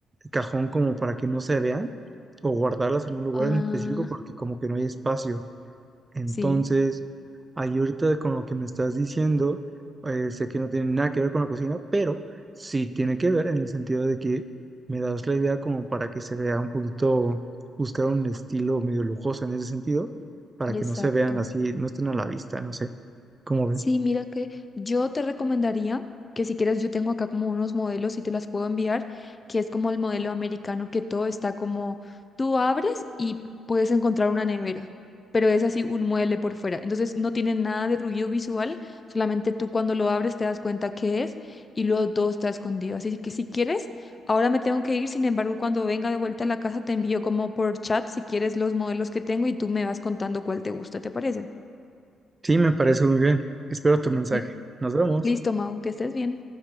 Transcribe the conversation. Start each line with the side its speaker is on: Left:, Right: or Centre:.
Right: cajón como para que no se vean o guardarlas en un lugar
Left: ah,
Right: en específico porque como que no hay espacio. Entonces,
Left: sí,
Right: ahí ahorita con lo que me estás diciendo, eh, sé que no tiene nada que ver con la cocina, pero sí tiene que ver en el sentido de que me das la idea como para que se vea un poquito, buscar un estilo medio lujoso en ese sentido, para
Left: exacto.
Right: que no se vean así, no estén a la vista, no sé, ¿cómo ves?
Left: Sí, mira que yo te recomendaría que si quieres, yo tengo acá como unos modelos y te las puedo enviar, que es como el modelo americano, que todo está como tú abres y puedes encontrar una nevera, pero es así un mueble por fuera. Entonces no tiene nada de ruido visual, solamente tú cuando lo abres te das cuenta qué es y luego todo está escondido. Así que si quieres, ahora me tengo que ir, sin embargo, cuando venga de vuelta a la casa te envío como por chat si quieres los modelos que tengo y tú me vas contando cuál te gusta, ¿te parece?
Right: Sí, me parece muy bien. Espero tu mensaje.
Left: Li-
Right: Nos vemos.
Left: Listo, Mau, que estés bien.